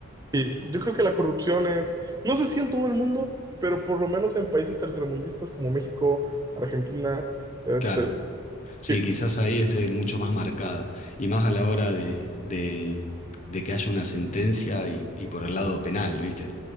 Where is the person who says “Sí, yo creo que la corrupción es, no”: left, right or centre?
Right